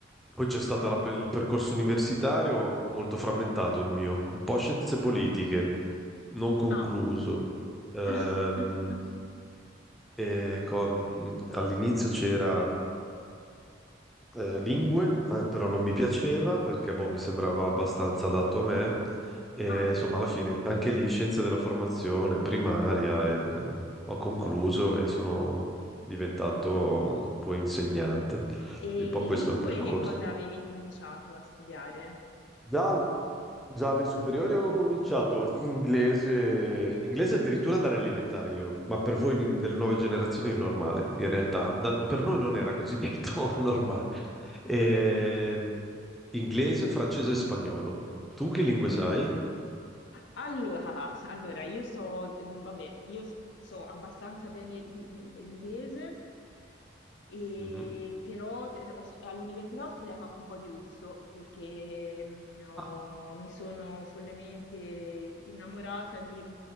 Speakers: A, in the centre; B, on the left.
A: Poi c'è stato il percorso universitario molto frammentato il mio, un po' scienze politiche, non concluso.
B: Ah,
A: Ehm,
B: <laughs>
A: e con- all'inizio c'era eh, lingue, eh, però non mi piaceva perché boh, mi sembrava abbastanza adatto a me. E
B: ah.
A: insomma, alla fine anche lì scienze della formazione primaria e, eh, ho concluso e sono diventato un po' insegnante.
B: E
A: Un po'
B: lingue
A: questo è il percorso.
B: che cosa avevi cominciato a studiare?
A: Già, al- già alle superiori avevo cominciato inglese, inglese addirittura dall'elementare io, ma per voi in- delle nuove generazioni è normale, in realtà. Da- per noi non era così detto <laughs> normale. Eh, inglese, francese e spagnolo. Tu che
B: Ok.
A: lingue sai?
B: Allora, <laughs> allora, io so, mm, vabbè, io so, so abbastanza bene mm, mm, l'inglese, e
A: Mhm.
B: però te- ho st- all'università ho studiato anche un po' di russo perché mm, ho-
A: Ah,
B: mi sono follemente innamorata di...